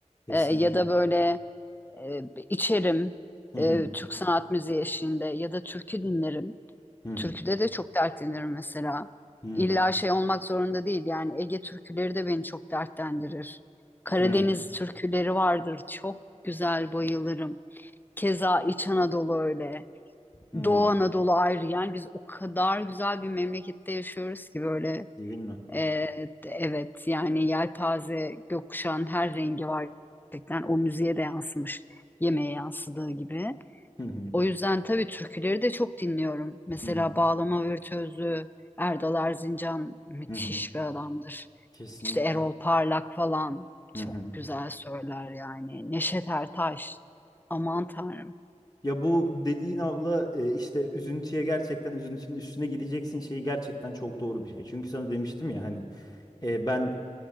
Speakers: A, on the left; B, on the left.
A: Kesinlikle.
B: E, ya da böyle e, içerim
A: Hı
B: e,
A: hı.
B: Türk sanat müziği eşliğinde ya da türkü dinlerim.
A: Hı hı.
B: Türküde de çok dertlenirim mesela.
A: Hı
B: İlla şey olmak zorunda değil yani Ege türküleri de beni çok dertlendirir. Karadeniz
A: hı.
B: türküleri vardır çok güzel bayılırım. Keza İç Anadolu öyle.
A: Hı.
B: Doğu Anadolu ayrı yani biz o kadar güzel bir memlekette yaşıyoruz ki böyle
A: Değil mi?
B: e, evet yani yelpaze gökkuşağın her rengi var gerçekten o müziğe de yansımış yemeğe yansıdığı gibi.
A: Hı hı.
B: O yüzden tabii türküleri de çok dinliyorum. Mesela
A: Hı hı.
B: Bağlama Virtüözü Erdal Erzincan müthiş
A: Hı hı.
B: bir adamdır.
A: Kesinlikle.
B: İşte Erol Parlak falan
A: Hı
B: çok
A: hı.
B: güzel söyler yani. Neşet Ertaş aman tanrım
A: Ya bu dediğin abla e, işte üzüntüye gerçekten üzüntünün üstüne gideceksin şeyi gerçekten çok doğru bir şey. Çünkü sana demiştim ya hani e, ben